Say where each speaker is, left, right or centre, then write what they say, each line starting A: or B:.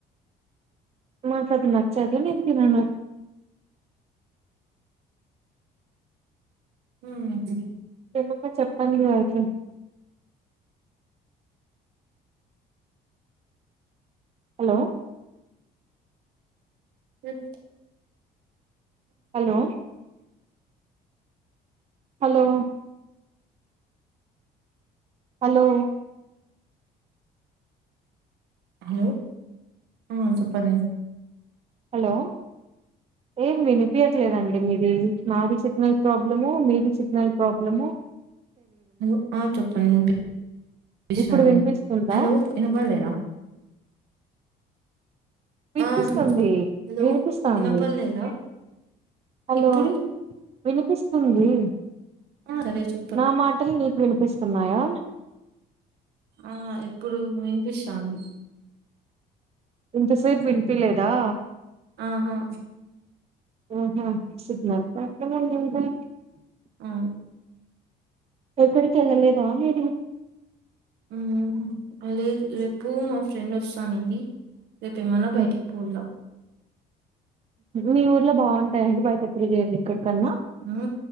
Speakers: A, on the right (about 35°); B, on the right (about 75°).
A: నాకు అది నచ్చ నచ్చదు నేను తినను
B: ఊహూ
A: చెల్లి తో చెప్పండి అయితే హలో
B: ఎట్
A: హలో హలో హలో
B: హలో అ చెప్పండి
A: హలో ఏం వినిపియట్లేదండి మీది నాది సిగ్నల్ ప్రాబ్లమో మీది సిగ్నల్ ప్రాబ్లమో
B: హలో అ చెప్పండి విన్ వినిపిస్తాంది
A: ఇప్పుడు వినిపిస్తుందా
B: హలో వినపడలేదా
A: వినిపిస్తుంది
B: ఆ హలో
A: వినిపిస్తంది.
B: వినపడలేదా
A: హలో
B: ఇప్పుడు
A: వినిపిస్తుంది
B: ఆ రెరేచు
A: నా మాటలు నీకు వినిపిస్తున్నాయా
B: ఆ ఇప్పుడూ వినిపిస్తోంది.
A: ఇంతసేపు వినిపిలేదా.
B: ఆహా
A: ఆహా సిగ్నల్ క్యారెట్గా లేదా
B: ఆ
A: ఎక్కడికి వెళ్ళలేదా మీరు
B: ము లేదు రేపు మా ఫ్రెండ్ వస్తానంది రేపేమన్న
A: ఉమ్,
B: బయటికి పోల్లా
A: మీ ఊర్లో బాగుంటాయండి బయట తిరిగేవి ఇక్కడికన్నా
B: ఉ